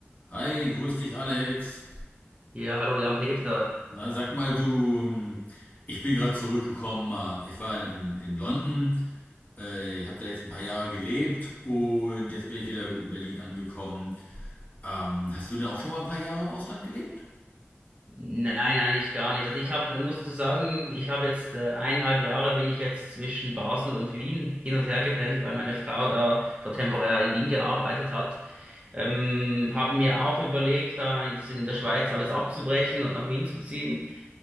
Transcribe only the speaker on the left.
Hi, grüß dich Alex.
Na, sag mal du, ähm, ich bin gerade zurückgekommen, äh, ich war in, in London, äh, ich habe da jetzt ein paar Jahre gelebt und jetzt bin ich wieder gut in Berlin angekommen. Ähm, Hast du denn auch schon mal ein paar Jahre im Ausland gelebt?